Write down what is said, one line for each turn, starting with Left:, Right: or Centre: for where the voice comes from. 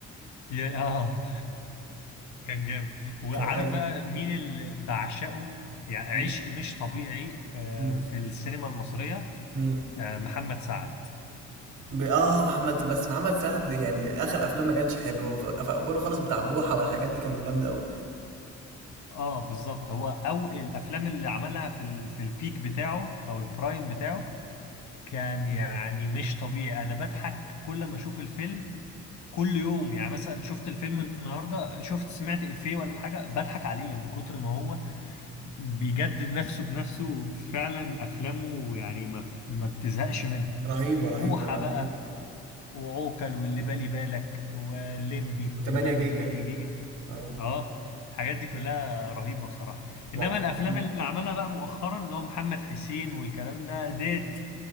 Left: يا- اه كان جامد وعارف
Right: كان حلو
Left: بقى مين اللي بعشقه يعني
Right: م-
Left: عشق مش طبيعي آه،
Right: م.
Left: في السينما المصرية
Right: مين
Left: آه، محمد سعد
Right: ب... اه محمد بس محمد سعد يعني اخر افلام ما كانش حلو هو في في اوله خالص بتاع بوحه والحاجات دي كانت جامده قوي
Left: اه بالظبط هو او الافلام اللي عملها في ال... في البيك بتاعه او البرايم بتاعه كان يعني مش طبيعي انا بضحك كل ما اشوف الفيلم كل يوم يعني مثلا شفت الفيلم النهارده شفت سمعت افيه ولا حاجه بضحك عليه من كتر ما هو بيجدد نفسه بنفسه فعلا افلامه يعني ما ما بتزهقش منها
Right: رهيبة رهيبة
Left: بوحة
Right: لا
Left: بقى
Right: رهيبة
Left: وعوكل واللي بالي بالك والليمبي
Right: و8
Left: والليمبي
Right: جيجا
Left: 8 جيجا
Right: اه
Left: اه الحاجات دي كلها رهيبة بصراحة انما
Right: وع
Left: الافلام
Right: مم.
Left: اللي عملها بقى مؤخرا اللي هو محمد حسين والكلام ده ديت